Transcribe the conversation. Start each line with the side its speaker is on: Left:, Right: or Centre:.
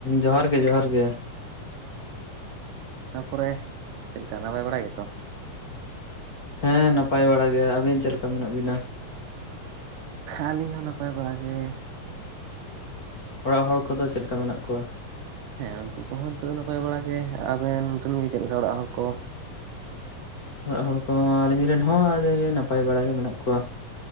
Left: ᱡᱚᱦᱟᱨ ᱜᱮ ᱡᱚᱦᱟᱨ ᱜᱮ,
Right: ᱛᱟᱯᱚᱨᱮ, ᱪᱮᱫ ᱞᱮᱠᱟ ᱱᱟᱯᱟᱭ ᱵᱟᱲᱟᱭ ᱜᱮ ᱛᱚ,
Left: ᱦᱮᱸ, ᱱᱟᱯᱟᱭ ᱵᱟᱲᱟ ᱜᱮᱭᱟ ᱟᱵᱤᱱ ᱪᱮᱫ ᱞᱮᱠᱟ ᱢᱮᱱᱟᱜ ᱵᱤᱱᱟ?
Right: ᱟᱹᱞᱤᱧ ᱦᱚᱸ ᱱᱟᱯᱟᱭ ᱵᱟᱲᱟ ᱜᱮ,
Left: ᱚᱲᱟᱜ ᱦᱚᱲ ᱠᱚ ᱫᱚ ᱪᱮᱫ ᱞᱮᱠᱟ ᱢᱮᱱᱟᱜ ᱠᱚᱣᱟ?
Right: ᱦᱮᱸ ᱩᱱᱠᱩ ᱠᱚ ᱦᱚᱸ ᱱᱤᱛᱳᱜ ᱫᱚ ᱱᱟᱯᱟᱭ ᱵᱟᱲᱟ ᱜᱮ ᱟᱵᱮᱱ ᱨᱮᱱ ᱜᱮ ᱪᱮᱫ ᱞᱮᱠᱟ ᱚᱲᱟᱜ ᱦᱚᱲ ᱠᱚ?
Left: ᱚᱲᱟᱜ ᱦᱚᱲ ᱠᱚ ᱟᱹᱞᱤᱧ ᱨᱮᱱ ᱦᱚᱸ ᱟᱹᱰᱤ ᱱᱟᱯᱟᱭ ᱵᱟᱲᱟ ᱜᱮ ᱢᱮᱱᱟᱜ ᱠᱚᱣᱟ,